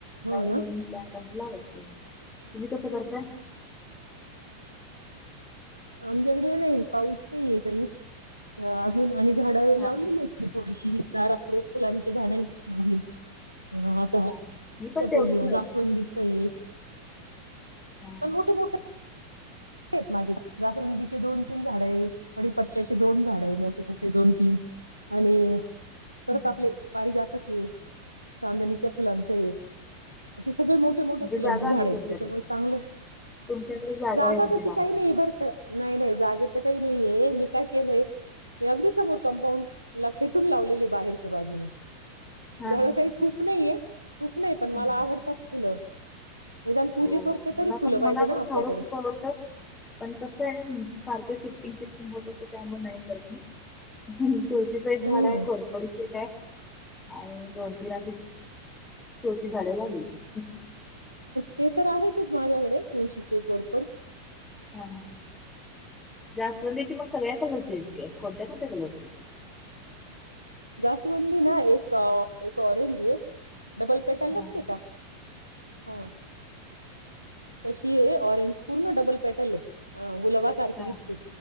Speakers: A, on the right (about 90°); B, on the left (about 15°).
A: हो
B: नवीन
A: ना.
B: नवीन रँडम लावायची, तुम्ही कसं करताय?
A: आमच्याकडे नाही, पाऊस नाहीये काहीच. अजून आणि झाडं वगैरे
B: हा
A: लावलेली
B: हा
A: आहेत. मी थोडीशी दारा पुडे, फुलांची झाडे आहेत माझी <unintelligible>
B: हा हा मी पण तेवढीच लावली
A: जास्वंदीच आहेत
B: हा
A: पण मोठे मोठे ठे माझे जास्वंदीचे दोन तीन झाडे आहे. कडी पत्त्याचे दोन झाड आहे मोठे मोठे दोन तीन आणि परत
B: हम्म
A: आपले पारिजातक आहे चांदणीच्या फुलांचं आहे अस सगळे मोठ मोठ्या मोठ्या
B: म्हणजे
A: फुलांची
B: जागा
A: झाड
B: आहे
A: आहेत,
B: तुमच्याकडे
A: त्याच्यामुळे चांगलं
B: तुमच्याकडे
A: जागा
B: आहे म्हणजे
A: तशी
B: लावायला
A: काही नाही तर नाही नाही जागेच काही नाहीये मी काय केलंय मी अगदी समोर कंपाऊंड ला खेटून लावलेली बाहेरच्या बाजूने
B: हा
A: झाडं
B: हा
A: काही
B: हा
A: खूप नाहीये खूप नाही पण
B: हा
A: मला आवडतात फुलं. निदान पूजे
B: हो
A: करते
B: मला
A: तरी फुलं
B: पण
A: पाहिजे
B: मला
A: ना
B: पण
A: आपल्याकडे
B: झाडं खूप आवडतात. पण कसं आहे सारखं शिफ्टिंग शिफ्टिंग होत असं त्यामुळे नाही करत मी. तुळशीचं एक
A: हम्म
B: झाड आहे कोरफडच एक आहे आणि दोन तीन अशीच, शोची झाडे लागली आहे.
A: ते तर आहेतच माझ्याकडे तुळशीचे कोरफड.
B: हा जास्वंदीची मग सगळ्या कलरची आहेत, काय कोणत्या कोणत्या कलरची आहेत.
A: जास्वंदीना एक, एक ऑरेंड आहे. डबल पेटर्न
B: हा
A: लागते का? हा. तशी आहे ऑरेंज, पूर्ण डबल पॅटर्न आहे गुलाबा सारखी
B: हा
A: दिसते
B: हा